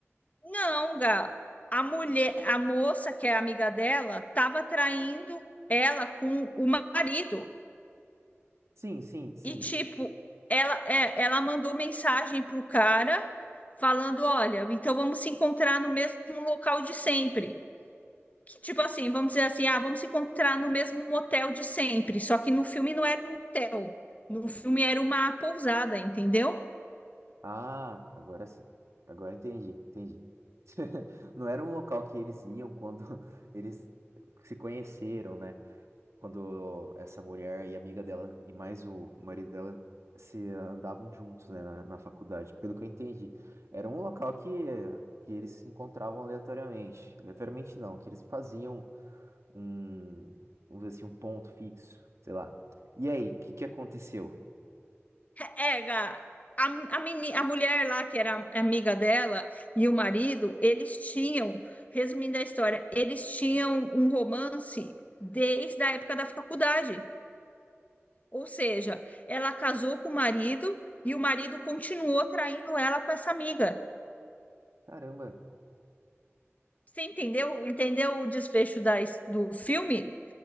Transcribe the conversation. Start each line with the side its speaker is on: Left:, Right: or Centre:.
Left: Não, Gá. A mulher, a moça que é amiga dela, estava traindo ela com o marido.
Right: Sim, sim, sim.
Left: E tipo, ela é, ela mandou mensagem pro cara falando, olha, então vamos se encontrar no mesmo local de sempre. Que tipo assim, vamos dizer assim, ah, vamos se encontrar no mesmo motel de sempre, só que no filme não era um motel. No filme era uma pousada, entendeu?
Right: Ah, agora sim. Agora entendi, entendi. <laughs> Não era um local que eles iam quando <laughs> eles se conheceram, né? quando essa mulher e a amiga dela e mais o, o marido dela se andavam juntos, né, na, na faculdade. Pelo que eu entendi, era um local que que eles se encontravam aleatoriamente. Aleatoriamente não, que eles faziam um, vamos dizer assim, um ponto fixo, sei lá. E aí, o que que aconteceu?
Left: Era a, a, meni, a mulher lá, que era amiga dela, e o marido, eles tinham, resumindo a história, eles tinham um romance desde a época da faculdade. Ou seja, ela casou com o marido e o marido continuou traindo ela com essa amiga.
Right: Caramba,
Left: Você entendeu? Entendeu o desfecho da, his- do filme?